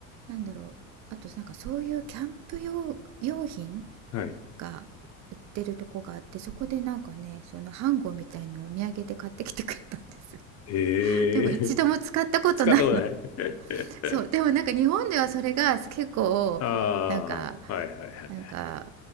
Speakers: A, on the right; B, on the left.
A: なんだろう、あとなんかそういうキャンプ用、用品
B: はい。
A: が売ってるとこがあってそこでなんかねそのハンゴみたいのをお土産で買ってきてくれたんですよ
B: ええ
A: <laughs> でも一度も使ったことないの
B: <laughs> 使ったことない <laughs>
A: <laughs> そうでもなんか日本ではそれが結構なんか
B: ああ、はいはいはい。
A: なんか